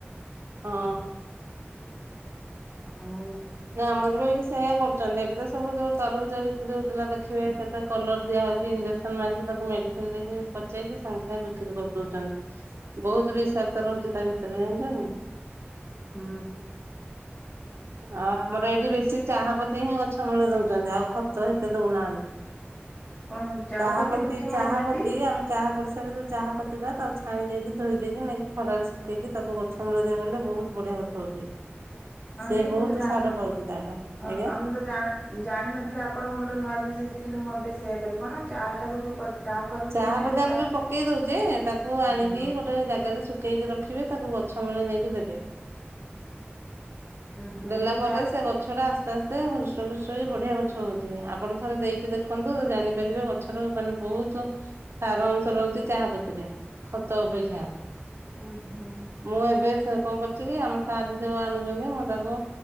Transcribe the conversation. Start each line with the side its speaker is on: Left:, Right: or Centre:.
Right: ହଁ।
Left: ହଁ।
Right: ନା ଆମର ବି ଏବେ ସେଇଆ କରୁଛନ୍ତି ଏବେ ତ। ସବୁ ଯଉ ତରଭୁଜ ବିିକ୍ରି ହଉଥିଲା ଦେଖିବେ କେତେ କଲର ଦିଆହଉଛି ଇଞ୍ଜେକ୍ସନ ମାରିକି ତାକୁ ମେଡିସିନ ଦେଇକି। ପଚେଇଛି ସାଙ୍ଗେ ସାଙ୍ଗେ ବିକ୍ରି କରିଦଉଛନ୍ତି ବହୁତୁ ବିଷାକ୍ତ ରହୁଛି ତା ଭିତରେ ଜାଣିଛ।
Left: ହୁଁ।
Right: ଆଉ ଆମର ଏଇଠି ବେଶୀ ଚାହାପତି ହିଁ ଗଛ ମୂଳେ ଦଉଛନ୍ତି ଆଉ ଖତ ହେତେ ଦଉନାହାନ୍ତି।
Left: କଣ ଚାହା
Right: ଚାହାପତି
Left: ପତି ଗଛ ମୂଳେ
Right: ଚାହାପତି
Left: ଦିଅନ୍ତି
Right: ଆମେ ଚାହା କରିସାରିଲେ ଯୋଉ ଚାହା। ପତି ଟା ତାକୁ ଛାଣି ଦେଇକି ଧୋଇ ଦେଇକି ନେଇକି ଖରାରେ ଶୁଖେଇକି ତାକୁ ଗଛ ମୂଳେ ଦେ ବୋଲେ ବହୁତ ବଢିଆ ଗଛ ହଉଛି।
Left: ହଁ
Right: ସେ
Left: କି ମୁଁ
Right: ବହୁତ
Left: ତ ଜାଣନ।
Right: ସାର ପାଉଛି ତାଠୁ
Left: ହଁ
Right: ଆଜ୍ଞା।
Left: ଆଉ ମୁଁ ତ ଜା-ଜାଣିନଥିଲି ଆପଣଙ୍କରୁ ଗୋଟେ ନୂଆ ଜିନିଷ ଶିଖିଲି ମୁଁ ଏବେ। ସେଇଆ କରିବି କଣ ଚା ଟାକୁ ଯୋଉ ପ ଚା କରିକି
Right: ଚାହା
Left: ପିଉଛି
Right: ପତି ଆମେ
Left: ଚା
Right: ଯୋଉ ପକେଇ ଦଉଛେ ତାକୁ ଆଣିକି
Left: ହୁଁ
Right: ଗୋଟେ ଜାଗାରେ ଶୁଖେଇକି ରଖିବେ ତାକୁ ଗଛ ମୂଳେ ନେଇକି ଦେବେ।
Left: ହୁଁ
Right: ଦେଲା
Left: ବୋଲେ
Right: ପରେ
Left: ଚା
Right: ସେ ଗଛ ଟା ଆସ୍ତେ ଆସ୍ତେ ହସ ଖୁ ଗଛ ବି ବଢିଆ ଗଛ ହଉଛି ଆପଣ ଥରେ ଦେଇକି ଦେଖନ୍ତୁ ଜାଣିପାରିବେ ଗଛର ମାନେ ବହୁତ। ସାର ଅଂଶ ରହୁଛି ଚାହାପତିରେ ଖତ ଅପେକ୍ଷା।
Left: ଉଁ ହୁଁ।
Right: ମୁଁ ଏବେ କଣ କରୁଛି କି ଆମ ସାରେ ଯୋଉ ଆଣୁଛନ୍ତି ମୁଁ ତା ବ